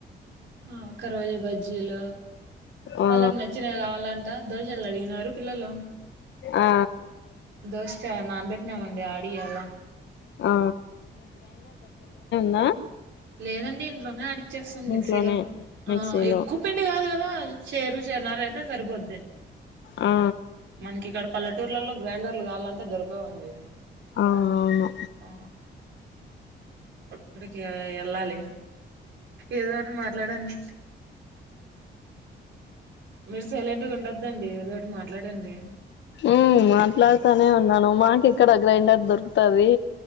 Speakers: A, on the right; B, on the left.
A: ఆ ఒక రోజు బజ్జీలు
B: ఆ
A: వాళ్ళకి నచ్చినవి కావాలంటే అ దోశలు అడిగినారు పిల్లలు
B: ఆ
A: దోశ కి నానబెట్టినామండి ఆడియాలా
B: ఆ ఆ
A: లేదండి ఇంట్లోనే అడిచ్చేస్తాను మిక్సీలో
B: ఇంట్లోనే
A: ఆ
B: మిక్సీలో
A: ఎక్కువ పిండి కాదు కదా చేరు చేరున్నర అయితే సరిపోద్ది
B: ఆ
A: మనకి ఇక్కడ పల్లెటూర్లలో గ్రైండర్ అట్లు కావాలంటే దొరకవండి
B: ఆ అవును
A: ఆ! గుడికి ఆ ఎళ్ళాలి ఏదోటి మాట్లాడండి మీరు సైలెంట్ గా ఉండద్దండి ఏదోటి మాట్ ట్లాడండి
B: మ్మ్ మాట్లాడుతానే ఉన్నాను మాకు ఇక్కడ గ్రైండర్ దొరుకుతది